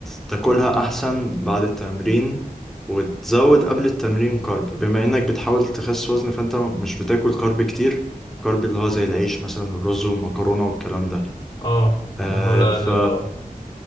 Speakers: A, in the centre; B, on the left.
A: بتاكلها احسن بعد التمرين وتزود قبل التمرين كارب بما انك بتحاول تخس وزن فانت مش بتاكل كارب كتير كارب اللي هو زي العيش مثلا والرز والمكرونه والكلام ده
B: اه
A: آه،
B: بحاول اقلل
A: ف
B: اه